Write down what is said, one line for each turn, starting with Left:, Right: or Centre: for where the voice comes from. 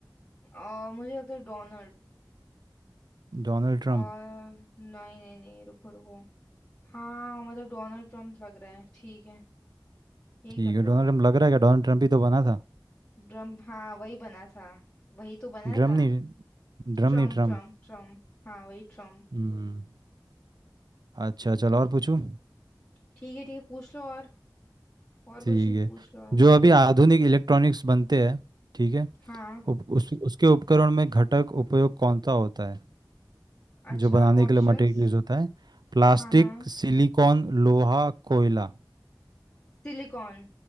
Left: और मुझे लगता है डोनाल्ड
Right: Donald Trump
Left: और नहीं नहीं नहीं रुको रुको हाँ मतलब डोनाल्ड ट्रम्प लग रहा है ठीक है यही
Right: ठीक
Left: कर
Right: है डोनाल्ड
Left: लो आप
Right: ट्रम्प लग रहा है क्या डोनाल्ड ट्रम्प ही तो बना था
Left: ट्रम्प हाँ वही बना था वही तो बना
Right: ड्रम
Left: था
Right: नहीं ड्रम
Left: ट्रम्प
Right: नहीं ट्रम्प
Left: ट्रम्प ट्रम्प हाँ वही ट्रम्प
Right: हम्म अच्छा चलो और पूछूं
Left: ठीक है ठीक है पूछ लो और और
Right: ठीक
Left: क्वेश्चन
Right: है
Left: पूछ लो आप
Right: जो अभी आधुनिक इलेक्ट्रॉनिक्स बनते हैं ठीक है
Left: हाँ
Right: उप, उस, उसके उपकरण में घटक उपयोग कौन सा होता है
Left: अच्छा
Right: जो बनाने
Left: ऑप्शंस
Right: के लिए मटेरियल यूज होता है प्लास्टिक
Left: हाँ हाँ
Right: सिलिकॉन लोहा कोयला
Left: सिलिकॉन